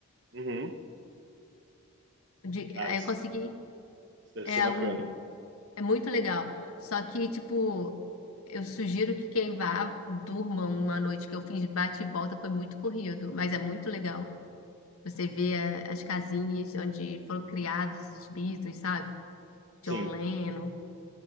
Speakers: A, on the right (about 55°); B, on the left (about 75°).
A: Uhum.
B: De-
A: Ah,
B: aí
A: isso,
B: eu consegui.
A: isso deve
B: É,
A: ser bacana.
B: um, é muito legal. Só que, tipo, eu sugiro que quem vá durma uma noite que eu fiz bate-volta, foi muito corrido, mas é muito legal. Você vê é, as casinhas onde foram criados os Beatles, sabe?
A: Sim.
B: John Lennon.